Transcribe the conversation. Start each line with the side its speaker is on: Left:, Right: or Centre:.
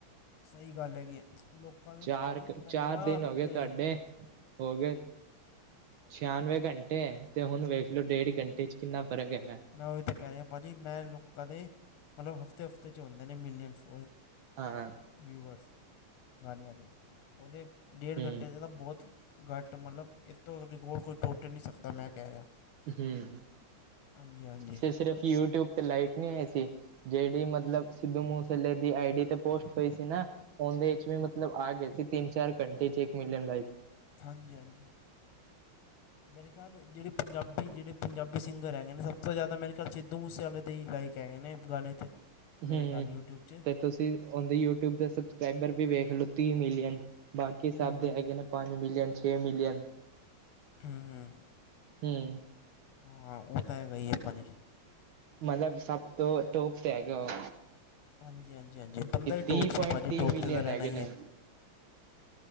Left: ਸਹੀ ਗੱਲ ਹੈਗੀ ਹੈ ਲੋਕਾਂ ਦੇ
Right: ਚਾਰ
Left: ਭਾਜੀ ਮੈਂ
Right: ਚਾਰ
Left: ਕਹਿ ਰਿਹਾ
Right: ਦਿਨ
Left: ਅਹ
Right: ਹੋ ਗਏ ਤੁਹਾਡੇ ਹੋ ਗਏ? ਛਿਆਨਵੇਂ ਘੰਟੇ ਤੇ ਹੁਣ ਵੇਖ ਲਓ ਡੇਢ ਘੰਟੇ 'ਚ ਕਿੰਨਾ ਫਰਕ ਹੈਗਾ ਹੈ।
Left: ਮੈਂ ਉਹੀ ਤਾਂ ਕਹਿ ਰਿਹਾ ਭਾਅ ਜੀ ਮੈਂ ਲੋਕਾਂ ਦੇ ਮਤਲਬ ਹਫ ਹਫ਼ਤੇ ਹਫ਼ਤੇ 'ਚ ਹੋਂਦੇ ਨੇ ਮੀਲੀਅਨ ਫ
Right: ਹਾਂ
Left: ਵਿਊਵਰਸ ਗਾਣਿਆਂ ਦੇ ਉਹਦੇ ਡੇਢ
Right: ਹੂੰ
Left: ਘੰਟੇ ਤੇ ਤਾਂ ਬਹੁਤ ਘੱਟ ਮਤਲਬ ਇਹ ਤੋਂ ਰਿਕਾਰਡ ਕੋਈ ਟੁੱਟ ਹੀ ਨਹੀਂ ਸਕਦਾ ਮੈਂ ਕਹਿ ਰਿਹਾ।
Right: ਹਮ
Left: ਹਾਂਜੀ ਹਾਂਜੀ
Right: ਤੇ ਸਿਰਫ਼ ਯੂਟਿਊਬ ਤੇ ਲਾਈਕ ਨਹੀ ਆਏ ਸੀ। ਜਿਹੜੀ ਮਤਲਬ ਸਿੱਧੂ ਮੂਸੇਆਲੇ ਦੀ ਆਈ ਡੀ ਤੇ ਪੋਸਟ ਪਈ ਸੀ ਨਾ ਉਹਦੇ ਚ ਵੀ ਮਤਲਬ ਆ ਗਏ ਸੀ ਤਿੰਨ-ਚਾਰ ਘੰਟੇ ਚ ਇੱਕ ਮਿਲੀਅਨ ਲਾਈਕ।
Left: ਹਾਂਜੀ, ਹਾਂਜੀ। ਮੇਰੇ ਖਿਆਲ ਜਿਹੜੇ ਪੰਜਾਬੀ, ਜਿਹੜੇ ਪੰਜਾਬੀ ਸਿੰਗਰ ਹੈਗੇ ਨੇ ਸਭ ਤੋਂ ਜ਼ਿਆਦਾ ਮੇਰੇ ਖਿਆਲ ਸਿੱਧੂ ਮੂਸੇਵਾਲੇ ਦੇ ਹੀ ਲਾਈਕ ਕਹਿਣੇ ਗਾਣੇ ਤੇ ਮੇਰੇ
Right: ਹਮ
Left: ਖਿਆਲ ਯੂਟਿਊਬ 'ਚ
Right: ਤੇ ਤੁਸੀਂ ਉਹਦੀ ਯੂਟਿਊਬ ਦਾ ਸਬਸਕ੍ਰਾਈਬਰ ਵੀ ਵੇਖ ਲਓ ਤੀਹ ਮਿਲੀਅਨ ਬਾਕੀ ਸਭ
Left: ਹੂੰ ਹੂੰ
Right: ਦੇ ਹੈਗੇ
Left: ਹੂੰ
Right: ਨੇ ਪੰਜ ਮਿਲੀਅਨ, ਛੇ ਮਿਲੀਅਨ।
Left: ਹੂੰ ਹੂੰ
Right: ਹੂੰ।
Left: ਹਾਂ, ਉਹ ਤਾਂ ਹੈਗਾ ਈ ਏ ਪਾਜੀ।
Right: ਮਤਲਬ ਸਭ ਤੋਂ ਤੋਪ ਤੇ ਹੈਗਾ ਉਹ।
Left: ਹਾਂਜੀ ਹਾਂਜੀ ਹਾਂਜੀ ਬੰਦਾ ਹੀ
Right: ਤੀਹ
Left: ਟੋਪ
Right: ਪੁਆਇੰਟ
Left: ਸੀ ਭਾਜੀ
Right: ਤੀਹ
Left: ਟੋਪ
Right: ਮਿਲੀਅਨ
Left: 'ਤੇ ਤਾਂ ਰਹਿਣਾ
Right: ਹੈਗੇ
Left: ਹੀ
Right: ਨੇ।
Left: ਹੈ